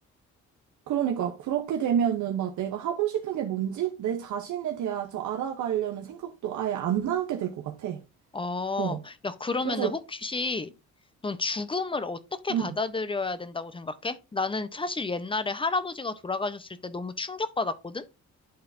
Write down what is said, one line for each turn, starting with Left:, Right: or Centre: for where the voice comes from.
Right: 그러니까 그렇게 되면은 막 내가 하고 싶은 게 뭔지 내 자신에 대해서 알아가려는 생각도 아예 안 나게 될 것 같아.
Left: 어,
Right: 어.
Left: 야, 그러면은
Right: 그래서,
Left: 혹시 넌 죽음을 어떻게
Right: 음,
Left: 받아들여야 된다고 생각해? 나는 사실 옛날에 할아버지가 돌아가셨을 때 너무 충격받았거든?